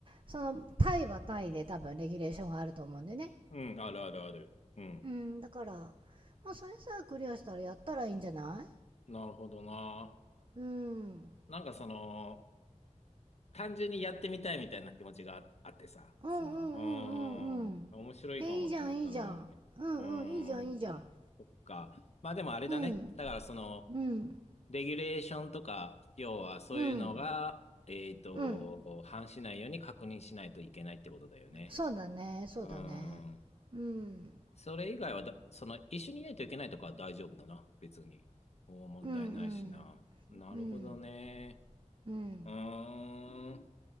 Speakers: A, on the right; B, on the left.
A: そのタイはタイで多分レギュレーションがあると思うんでね
B: うん、あるあるある。うん。
A: うんだからまあそれさえクリアしたらやったらいいんじゃない
B: なるほどな。
A: うん。うん
B: なんかその、単純にやってみたいみたいな気持ちがああってさ、
A: うんうんうんうん。
B: その、うーん、面白いかもって思ったんだよね。
A: え、いいじゃん、いいじゃん。うんうん、
B: うー
A: いいじゃん、
B: ん、
A: いいじゃん。
B: そっか。まあでもあれだね。
A: うん、
B: だからその、
A: うん、
B: レギュレーションとか、要はそういうのが、
A: うん、
B: えっと、
A: うん。
B: 反しないように確認しないといけないってことだよね。
A: そうだね、そうだね。
B: うーん。
A: うん、
B: それ以外はだ、その、一緒にいないといけないとかは大丈夫だな、別に。もう問題ないしな。
A: うん、うん、
B: なるほどね。
A: うん、うん、
B: うーん。